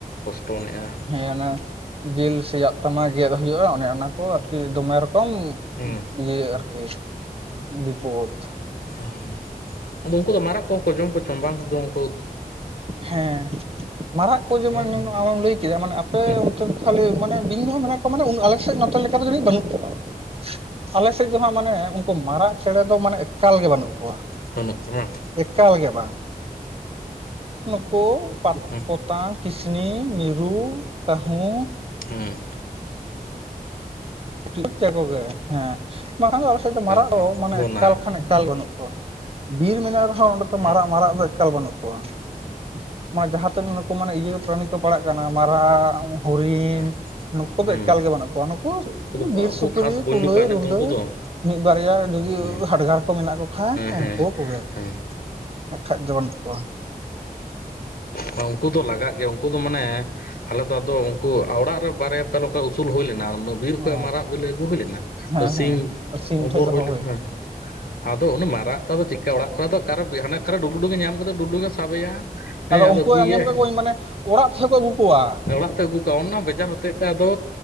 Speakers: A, on the left; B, on the right.
A: ᱴᱚᱱᱮᱜ-ᱟ᱾
B: ᱦᱮᱸ ᱚᱱᱮ ᱡᱮᱞ ᱥᱮᱭᱟᱜ ᱛᱟᱢᱟ ᱜᱮᱫ ᱦᱩᱭᱩᱜ-ᱟ᱾ ᱚᱱᱮ ᱚᱱᱟ ᱠᱚ ᱟᱨᱠᱤ ᱫᱚᱢᱮ ᱨᱚᱠᱚᱢ
A: ᱦᱩᱸ᱾
B: ᱮᱭ ᱟᱨᱠᱤ ᱵᱤᱯᱚᱫᱽ᱾
A: ᱦᱚᱸ ᱟᱫᱚ ᱩᱱᱠᱩ ᱫᱚ ᱢᱟᱨᱟᱜ ᱠᱚᱦᱚᱸ ᱠᱚ ᱡᱚᱢ ᱠᱚ ᱪᱚᱝ ᱵᱟᱝ ᱪᱚᱝ?
B: ᱦᱮᱸ ᱢᱟᱨᱟᱜ ᱠᱚ ᱡᱮᱢᱚᱱ
A: ᱦᱮᱸ
B: ᱟᱢᱮᱢ ᱞᱟᱹᱭ ᱠᱮᱫᱟ ᱢᱟᱱᱮ ᱟᱯᱮ
A: ᱦᱮᱸ
B: ᱠᱷᱟᱹᱞᱤ ᱢᱟᱱᱮ ᱵᱤᱧ ᱫᱚ ᱦᱟᱸᱜ ᱢᱮᱱᱟᱜ ᱠᱚᱣᱟ ᱾ ᱢᱟᱱᱮ ᱟᱞᱮ ᱥᱮᱫ ᱱᱚᱛᱮ ᱞᱮᱠᱟ ᱫᱚ ᱡᱟᱹᱱᱤᱡ ᱵᱟᱹᱱᱩᱜ ᱠᱚᱣᱟ ᱾ ᱟᱞᱮ ᱥᱮᱫ ᱫᱚ ᱦᱟᱸᱜ ᱢᱟᱱᱮ ᱩᱱᱠᱩ ᱢᱟᱨᱟᱜ ᱪᱮᱸᱬᱮ ᱫᱚ ᱢᱟᱱᱮ ᱮᱠᱟᱞ ᱜᱮ ᱵᱟᱹᱱᱩᱜ ᱠᱚᱣᱟ ᱾
A: ᱵᱟᱹᱱᱩᱜ ᱠᱚᱣᱟ ᱵᱟᱝ᱾
B: ᱮᱠᱟᱞ ᱜᱮ ᱵᱟᱝ ᱾ ᱱᱩᱠᱩ ᱯᱟᱨᱼ
A: ᱦᱮᱸ
B: ᱯᱚᱛᱟᱢ, ᱠᱤᱥᱱᱤ, ᱢᱤᱨᱩ, ᱠᱟᱹᱦᱩ᱾
A: ᱦᱩᱸ᱾
B: <inaudible> ᱠᱚᱜᱮ ᱦᱮᱸ, ᱵᱟᱝᱠᱷᱟᱱ ᱫᱚ ᱟᱞᱮ ᱥᱮᱫ ᱫᱚ ᱢᱟᱨᱟᱜ
A: ᱦᱮᱸ
B: ᱫᱚ ᱢᱟᱱᱮ
A: ᱵᱚᱱᱟ
B: ᱮᱠᱟᱞ ᱠᱷᱟᱱ ᱮᱠᱟᱞ ᱵᱟᱹᱱᱩᱜ ᱠᱚᱣᱟ ᱾ ᱵᱤᱨ ᱢᱮᱱᱟᱜ ᱨᱮᱦᱚᱸ ᱚᱸᱰᱮ ᱫᱚ
A: ᱦᱮᱸ
B: ᱢᱟᱨᱟᱜ ᱢᱟᱨᱟᱜ ᱫᱚ ᱮᱠᱟᱞ ᱵᱟᱹᱱᱩᱜ ᱠᱚᱣᱟ ᱾ ᱱᱚᱣᱟ ᱡᱟᱦᱟᱸᱛᱤᱱᱟᱹᱜ
A: ᱦᱮᱸ
B: ᱱᱩᱠᱩ ᱢᱟᱱᱮ ᱤᱭᱟᱹ ᱯᱨᱟᱱᱤ ᱠᱚ ᱯᱟᱲᱟᱜ ᱠᱟᱱᱟ
A: ᱦᱮᱸ
B: ᱢᱟᱨᱟᱜ, ᱦᱩᱨᱤᱱ,
A: ᱦᱮᱸ
B: ᱱᱩᱠᱩ
A: ᱦᱮᱸ
B: ᱫᱚ ᱮᱠᱟᱞ ᱜᱮ ᱵᱟᱹᱱᱩᱜ ᱠᱚᱣᱟ ᱾ ᱱᱩ ᱠᱩ
A: ᱩᱱᱠᱩ ᱫᱚ
B: ᱵᱤᱨ
A: ᱩᱱᱠᱩ
B: ᱥᱩᱠᱨᱤ,
A: ᱠᱷᱟᱥ ᱵᱚᱱᱱᱚ
B: ᱠᱩᱞᱟᱹᱭ,
A: ᱯᱨᱟᱱᱤ
B: ᱨᱩᱸᱰᱟᱹ,
A: ᱛᱚ ᱩᱱᱠᱩ ᱫᱚ ᱦᱮᱸ
B: ᱢᱤᱫ ᱵᱟᱨᱭᱟ ᱡᱩᱫᱤ
A: ᱦᱮᱸ
B: ᱦᱟᱰᱜᱟᱨ ᱠᱚ ᱢᱮᱱᱟᱜ ᱠᱚ ᱠᱷᱟᱡ ᱳᱝᱠᱳ
A: ᱦᱮᱸ ᱦᱮᱸ
B: ᱠᱚᱜᱮ ᱾
A: ᱦᱮᱸ
B: ᱵᱟᱠᱷᱟᱡ ᱫᱚ ᱵᱟᱹᱱᱩᱜ ᱠᱚᱣᱟ ᱾
A: ᱦᱚᱸ ᱩᱝᱠᱩ ᱫᱚ ᱞᱟᱜᱟᱜ ᱜᱮᱭᱟ, ᱩᱝᱠᱩ ᱫᱚ ᱢᱟᱱᱮ ᱟᱞᱮ ᱫᱚ ᱟᱫᱚ ᱩᱝᱠᱩ ᱚᱲᱟᱜ ᱨᱮ ᱵᱟᱨᱭᱟ <inaudible> ᱚᱝᱠᱟ ᱩᱥᱩᱞ ᱦᱩᱭ ᱞᱮᱱᱟ᱾ ᱵᱤᱨ ᱠᱷᱚᱡ
B: ᱚ
A: ᱢᱟᱨᱟᱜ ᱵᱮᱞᱮ ᱟᱹᱜᱩ ᱦᱩᱭ ᱞᱮᱱᱟ,
B: ᱦᱮᱸ
A: ᱛᱚ ᱥᱤᱢ
B: ᱦᱮᱸ ᱥᱤᱢ
A: ᱚᱵᱚᱨ
B: ᱴᱷᱮᱡ ᱫᱚᱦᱚ
A: ᱦᱩᱭ ᱞᱮᱱᱟ ᱾ ᱟᱫᱚ ᱩᱱᱤ ᱢᱟᱨᱟᱜ ᱛᱚ ᱟᱫᱚ ᱪᱤᱜᱠᱟ ᱚᱲᱟᱜ ᱠᱚᱨᱮᱜ ᱫᱚ ᱚᱠᱟᱨᱮ ᱦᱟᱱᱮ ᱚᱠᱟᱨᱮ ᱰᱩᱞᱩᱰᱩᱝᱮ ᱧᱟᱢ ᱠᱮᱫᱮ ᱰᱩᱞᱩᱰᱩᱝᱮ ᱥᱟᱵᱮᱭᱟ, ᱦᱮᱸ ᱟᱫᱚ
B: ᱩᱱᱠᱩ
A: ᱟᱹᱜᱩᱭᱮᱭᱟ᱾
B: ᱟᱸᱡᱚᱢ ᱠᱟᱜ ᱠᱚᱣᱟᱹᱧ ᱢᱟᱱᱮ ᱚᱲᱟᱜ ᱛᱮᱦᱚᱸ ᱠᱚ ᱟᱹᱜᱩ ᱠᱚᱣᱟ
A: ᱟᱨ ᱚᱲᱟᱜ ᱛᱮ ᱟᱹᱜᱩ ᱠᱟᱣᱟ ᱚᱱᱟ ᱵᱮᱡᱟᱨ ᱦᱚᱛᱮᱜ ᱛᱮ ᱟᱫᱚ